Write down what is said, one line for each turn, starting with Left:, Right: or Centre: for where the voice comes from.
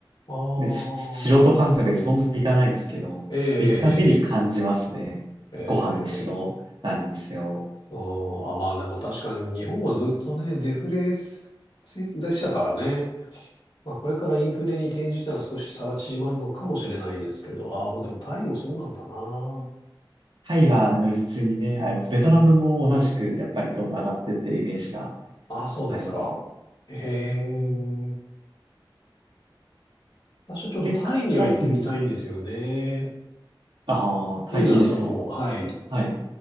Left: ああ、
Right: ね、し素人感覚でそんなにいかないですけど、
Left: えええ
Right: 行くたんびに感じますね。
Left: えええ
Right: ご飯にしろ、何にせよ。
Left: うんあ、まあでも確かに日本はずっとね、デフレすでしたからね。まあこれからインフレに転じたら少し差が縮まるのかもしれないですけど、ああ、もうでもタイもそうなんだな。
Right: タイは如実にね、あります。ベトナムも同じく、やっぱりどんどん上がってってるイメージが
Left: ああ、そうですか。
Right: ありますよ。
Left: ええ
Right: えー、
Left: 私はちょっとタイには行ってみたいんですよね。
Right: え、か、と、うん。
Left: っ
Right: ああ、タイいいですよ。
Left: ていうのは、その、はい、
Right: はい。